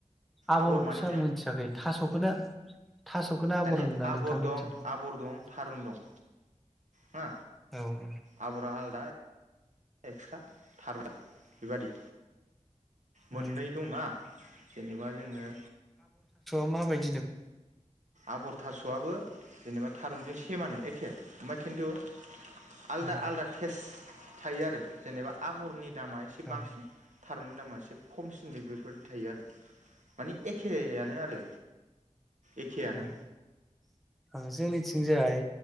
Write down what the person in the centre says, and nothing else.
आबरखौसो
आं मोनथियाखै थास'खौनो थास'खौनो आबर
होनोना
नोंथांमोनजों?
औ ओं
ओ
मा बायद
ओ
औ
औ ओ जोंनिथिंजाय